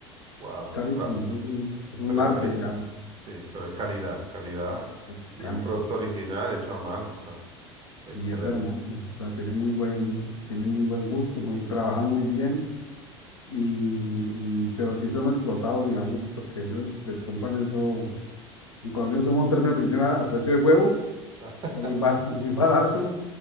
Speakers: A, on the right (about 35°); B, on the left (about 90°).
A: Wow,
B: carísimo,
A: claro.
B: eso es un, es un
A: Pero
B: arte,
A: es cali,
B: digamos,
A: sí, pero es calidad, es calidad.
B: es
A: Y
B: cálido.
A: es un producto original hecho a mano, o sea, excelente.
B: Y es hermoso, o sea, tienen muy buen, tienen muy buen gusto, muy, trabajan muy bien, y, y- pero sí son explotados, digamos, porque ellos les compran eso. En Colombia usamos un término que dicen a, a precio de huevo,
A: <laughs>
B: muy bar <laughs> muy barato,